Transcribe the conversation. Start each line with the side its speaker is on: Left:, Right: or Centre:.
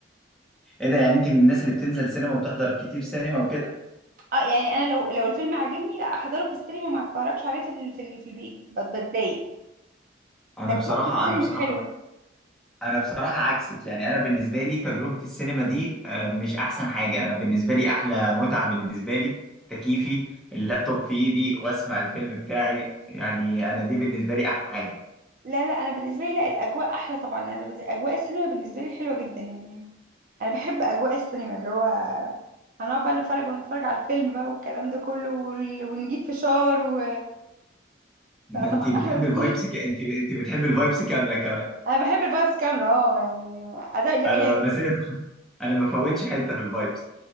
Centre: ايه ده يعني انت من الناس اللي بتنزل سينما وتحضر كتير سينما وكده
Right: اه يعني انا لو لو الفيلم عجبني لا احضره في السينما ما اتفرجش عليه في ال- في ال- في البيت بت- بتضايق
Centre: انا
Right: تجربة
Centre: بصراحه
Right: السينما
Centre: انا بصراحه
Right: حلوة
Centre: انا بصراحه عكسك يعني انا بالنسبه لي تجربه السينما دي آه، مش احسن حاجه انا بالنسبه لي احلى متعه بالنسبه لي تكييفي اللابتوب في ايدي واسمع الفيلم بتاعي يعني انا دي بالنسبه لي احلى حاجه
Right: لا لا انا بالنسبة لي لا الاجواء احلى طبعا انا بز... اجواء السينما بالنسبة لي حلوة جدا يعني انا بحب اجواء السينما اللي هو هنقعد بقى نتفرج ونتفرج على الفيلم بقى والكلام ده كله وال- ونجيب فشار و... لا طبعا
Centre: انت بتحبي
Right: احلى بكتير
Centre: الفايبس ك... انت انت بتحبي الفايبس كامله كمان
Right: <laughs> انا بحب الفايبس كاملة اه يعني أدب...
Centre: انا مثلا انا ما فوتش حته في الفايبس